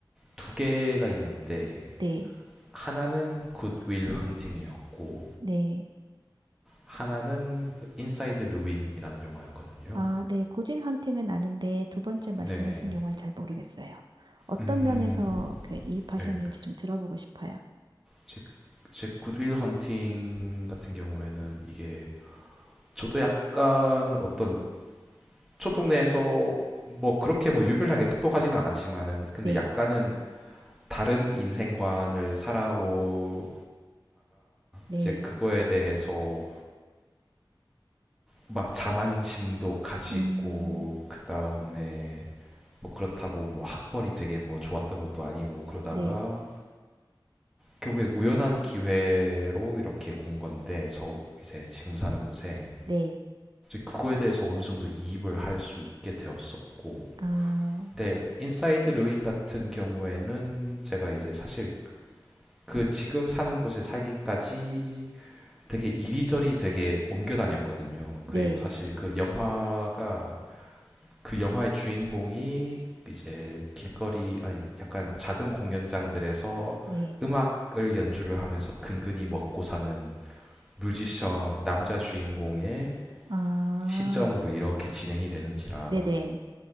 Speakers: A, in the centre; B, on the right.
A: 두 개가 있는데
B: 네,
A: 하나는 굿윌 헌팅이었고
B: 네.
A: 하나는 그 인사이드 루 n 이라는 영화였거든요.
B: 아, 네. 고딜 헌팅은 아는데 두 번째 말씀하신
A: 네네.
B: 영화는 잘 모르겠어요. 어떤
A: 음,
B: 면에서 그 이입하셨는지
A: 네.
B: 좀 들어보고 싶어요.
A: 제, 제 굿윌 헌팅 같은 경우에는 이게 저도 약간 어떤 촌동네에서 뭐 그렇게 뭐 유별나게 똑똑하지는 않았지만은 근데
B: 네,
A: 약간은 다른 인생관을 살아오다가
B: 네.
A: 이제 그거에 대해서 막 자만심도 가지고
B: 음,
A: 그 다음에 뭐 그렇다고 뭐 학벌이 되게 뭐 좋았던 것도 아니고 그러다가
B: 네,
A: 결국에 우연한 기회로 이렇게 온 건데 서 이제 지금 사는 곳에
B: 네.
A: 그거에 대해서 어느 정도 이입을 할 수 있게 되었었고
B: 아,
A: 근데 인사이드 르윈 같은 경우에는 제가 이제 사실 그 지금 사는 곳에 살기까지 되게 이리저리 되게 옮겨 다녔거든요.
B: 네,
A: 그리고 사실 그 영화가 그 영화의 주인공이 이제 길거리 아니 약간 작은 공연장들에서
B: 네.
A: 음악을 연주를 하면서 근근히 먹고 사는 뮤지션 남자 주인공의
B: 아,
A: 시점으로 이렇게 진행이 되는지라
B: 네네.